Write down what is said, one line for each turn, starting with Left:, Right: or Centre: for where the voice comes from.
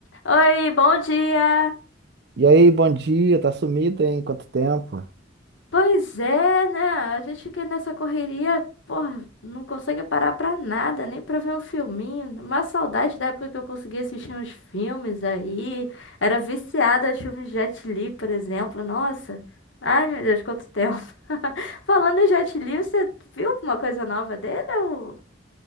Left: Oi, bom dia!
Right: E aí, bom dia, tá sumido, hein? Quanto tempo?
Left: Pois é, né? A gente fica nessa correria, porra, não consegue parar pra nada, nem pra ver um filminho. Uma saudade da época que eu conseguia assistir uns filmes aí. Era viciada aos filmes de Jet Li, por exemplo. Nossa! Ai, meu Deus, quanto tempo! <laughs> Falando em Jet Li, você viu alguma coisa nova dele? Ou...